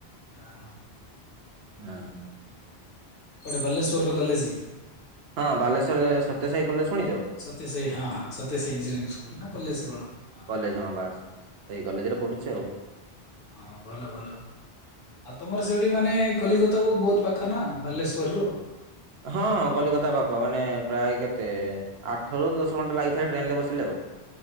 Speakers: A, on the left; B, on the right.
A: ୟା ହା।
B: ଆଁ ଆଁ।
A: କୁଆଡେ ବାଲେଶ୍ଵର ର କଲେଜି।
B: ହଁ ବାଲେଶ୍ୱରରେ ସତ୍ୟ ସାଇ କଲେଜ ଶୁଣିଚ?
A: ସତ୍ୟସାଇ ହଁ ହଁ ସତ୍ୟ ସାଇ ଇଞ୍ଜିନିୟରିଂସ ସ୍କୁଲ ନା କଲେଜ କଣ ହଁ ହଁ।
B: କଲେଜ ହଁ ବାସ୍। ସେଇ କଲେଜ ରେ ପଡୁଛି ଆଉ।
A: ହଁ ଭଲ ଭଲ ଆଉ ତମର ସେଇ ଠୁ ମାନେ କଲିକତାକୁୁ ବୋହୁତ ପାଖ ନା ବାଲେଶ୍ୱର ରୁ।
B: ହଁ କଲିକତା ପାଖ ମାନେ ପ୍ରାଏ କେତେ? ଆଠ ରୁ ଦଶ ଘଣ୍ଟା ଲାଗିଥାଏ ଟ୍ରେନ ରେ ବସିଲେ ଆଉ।